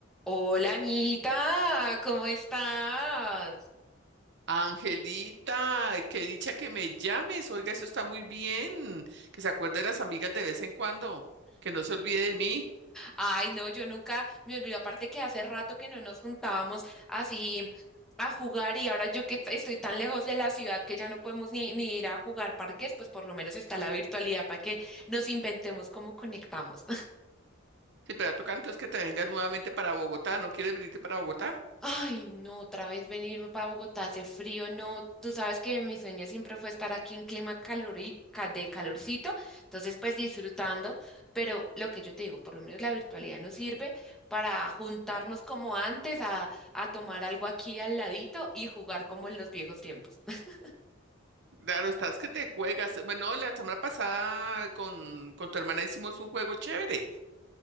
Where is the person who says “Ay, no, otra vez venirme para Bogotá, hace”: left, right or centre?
Centre